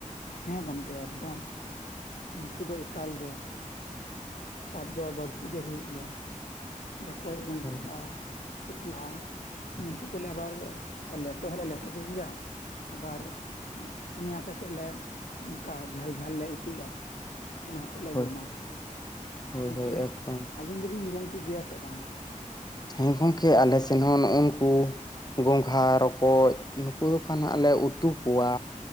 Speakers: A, on the left; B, on the left.
A: ᱦᱮᱸ ᱜᱚᱝᱠᱮ ᱮᱠᱫᱚᱢ <inaudible> ᱩᱱᱠᱩ ᱫᱚ ᱮᱠᱟᱞ ᱜᱮ ᱾ ᱥᱟᱵ ᱫᱚ ᱵᱟᱹᱲᱛᱤ ᱜᱮ ᱦᱩᱭᱩᱜ ᱜᱮᱭᱟ <inaudible> ᱨᱚᱠᱚᱡ ᱜᱚᱸᱜᱷᱟ
B: ᱦᱳᱭ
A: ᱠᱟᱛᱞᱟ ᱱᱩᱠᱩ ᱛᱚᱞᱮ ᱟᱵᱟᱨ ᱞᱮᱴᱚ ᱦᱚᱞᱮ ᱞᱮᱴᱚ ᱠᱚᱜᱮᱭᱟ ᱾ ᱟᱵᱟᱨ ᱯᱮᱸᱭᱟᱡᱽ ᱟᱛᱮᱫ ᱞᱮ ᱚᱱᱠᱟ ᱡᱷᱟᱞ ᱡᱷᱟᱞ ᱞᱮ ᱩᱛᱩᱭᱟ ᱾ ᱚᱱᱟᱛᱮ ᱞᱮ
B: ᱦᱳᱭ
A: ᱡᱚᱢᱟ <inaudible>
B: ᱦᱳᱭ
A: ᱜᱚᱝᱠᱮ
B: ᱦᱳᱭ ᱮᱠᱫᱚᱢ
A: ᱟᱵᱤᱱ ᱫᱚᱵᱤᱱ ᱡᱚᱢ ᱠᱚᱜᱮᱭᱟ ᱥᱮ ᱵᱟᱝ?
B: ᱦᱮᱸ ᱜᱚᱝᱠᱮ ᱟᱞᱮ ᱥᱮᱱ ᱦᱚ ᱱᱩᱜ-ᱩ ᱱᱩᱠᱩ ᱜᱚᱝᱜᱷᱟ ᱨᱚᱠᱚᱡ ᱱᱩᱠᱩ ᱫᱚ ᱠᱷᱟᱱ ᱦᱟᱜ ᱞᱮ ᱩᱛᱩ ᱠᱚᱣᱟ